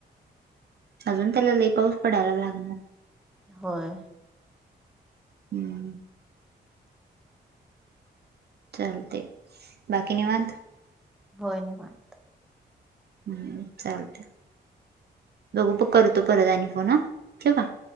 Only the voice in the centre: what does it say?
होय
होय नाही मन